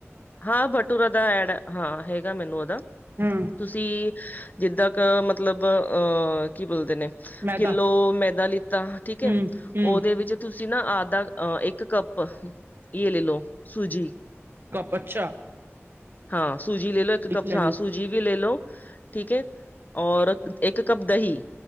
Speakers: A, on the left; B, on the right.
A: ਹਾਂ ਬਟੂਰਾ ਦਾ ਐਡ ਹਾਂ ਹੈਗਾ ਮੈਨੂੰ ਉਹਦਾ
B: ਹੂੰ
A: ਤੁਸੀਂ ਸੀ ਜਿੱਦਾਂ ਕ ਮਤਲਬ ਅਹ ਕੀ ਬੋਲਦੇ ਨੇ
B: ਮੈਦਾ
A: ਕਿਲੋ ਮੈਦਾ ਲਿੱਤਾ ਠੀਕ
B: ਹੂੰ
A: ਹੈ
B: ਹੂੰ
A: ਉਹਦੇ ਵਿੱਚ ਤੁਸੀਂ ਨਾ ਆਧਹ ਇੱਕ ਕੱਪ ਬਸ ਲੈ ਲਓ ਸੂਜੀ
B: ਕ ਬੱਚਾ
A: ਹਾਂ ਸੂਜੀ ਲੈ ਲਓ ਇੱਕ ਕੱ
B: ਲੈਣੀ।
A: ਹਾਂ ਸੂਜੀ ਵੀ ਲੈ ਲੋ ਠੀਕ ਹੈ ਔਰ
B: ਹੂੰ
A: ਇੱਕ ਕੱਪ ਦਹੀਂ